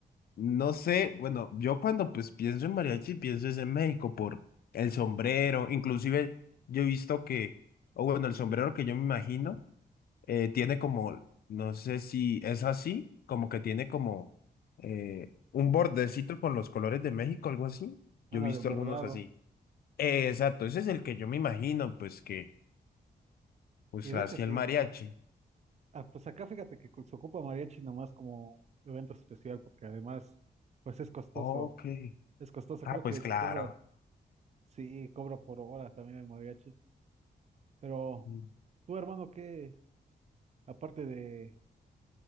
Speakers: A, on the left; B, on the right.
A: no sé, bueno, yo cuando pues pienso en mariachi, pienso es en México por el sombrero, inclusive yo he visto que, o bueno, el sombrero que yo me imagino, eh, tiene como, no sé si es así, como que tiene como eh, un bordecito con los colores de México, algo así. Yo
B: Ándale,
A: he visto
B: bordado.
A: algunos así. Eh, exacto, ese es el que yo me imagino, pues que, pues
B: Y de
A: así
B: hecho sí.
A: el mariachi.
B: Ah, pues acá fíjate que se ocupa mariachi nomás como evento especial, porque además, pues es costoso.
A: Ok.
B: Es costoso,
A: Ah,
B: creo
A: pues
B: que
A: claro.
B: se cobra, sí, cobra por hora también el mariachi. Pero
A: Mm.
B: tú, hermano, ¿qué, aparte de,